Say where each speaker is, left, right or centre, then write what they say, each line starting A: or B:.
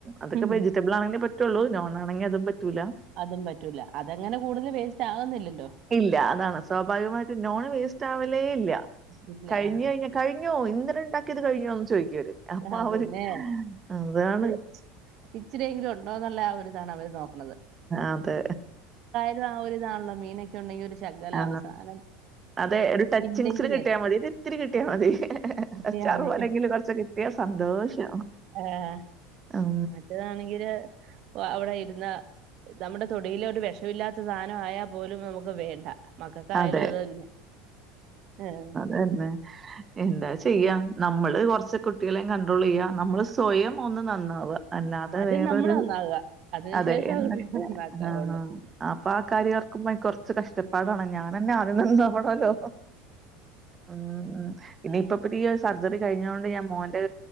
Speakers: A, on the right; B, on the right.
A: അതൊക്കെ
B: ഉം
A: വ റ്റബിൾ ആണെങ്കേ പറ്റുള്ളൂ നോൺാണെങ്ക അതും പറ്റൂല്ല
B: അതും പറ്റൂല അതങ്ങനെ കൂടുതൽ വേസ്റ്റ് ആവുന്നില്ലല്ലോ
A: ഇല്ല അതാണ് സ്വാഭാവികമായിട്ട് നോൺ വേസ്റ്റ് ആവലേ ഇല്ല
B: ഇല്ല
A: കഴിഞ്ഞ
B: ആഹ്
A: കഴിഞ്ഞ. കഴിഞ്ഞോ, ഇന്നലെ ഉണ്ടാക്കിയത് കഴിഞ്ഞോന്ന് ചോദിക്കും അവര് അപ്പൊ
B: അതന്നെ
A: അവര് അതാണ്.
B: ഒരു ഇച്ചി- ഇച്ചിരിയെങ്കിലും ഉണ്ടോ ഉള്ള ആഹ് ഒരു ഇതാണ് അവര് നോക്കണത്.
A: അതെ
B: ഇത് ആഹ് ഒരു ഇതാണല്ലോ, മീനൊക്കെ. ഉണ്ടെങ്കിൽ ഒരു ശകലം
A: ആ.
B: അവസാനം
A: അതെ ഒരു ടച്ചിങ്സിന്
B: ഇല്ലെങ്കിലേ
A: കിട്ടിയാ മതി. ഒരിത്തിരി കിട്ടിയാ
B: ഓക്കേ.
A: മതി.
B: കിട്ടിയാവത്.
A: അച്ചാർ പോലെങ്കിലും കുറച്ച് കിട്ടിയാ സന്തോഷം.
B: ആഹ്
A: ഉം.
B: മറ്റേതാണെങ്കില് വാ അവിടെ ഇരുന്ന. നമ്മുടെ തൊടിയില് ഒരു വിഷമില്ലാത്ത സാധന ആയാൽ പോലും നമുക്ക് വേണ്ട. മക്കൾക്കായാലും
A: അതെ.
B: അത് തന്നെ ആഹ്.
A: തന്നെ എന്താ ചെയ്യാം, നമ്മള് കൊറച്ച് കുട്ടികളെയും കണ്ട്രോൾ ചെയ്യാ നമ്മള് സ്വയം ഒന്ന് നന്നാവുക. അല്ലാതെ
B: ആദ്യം
A: വേറൊരു
B: നമ്മള് നന്നാകുക അതിനുശേഷം
A: അതെ എന്നിട്ട്
B: കുട്ടികൾ നന്നാക്കാവുള്ളൂ
A: ആഹ് അപ്പൊ ആഹ് കാര്യം. ക്കുപ്പോ കൊറച്ച് കഷ്ടപ്പാടാണ്, ഞാൻ തന്നെ ആദ്യം തിന്നു നോക്കണമല്ലോ. ഉം ഇനിയിപ്പ
B: ആ
A: പുതിയ ഈ സർജറി കഴിഞ്ഞൊണ്ട് ഞാൻ മോന്റെ.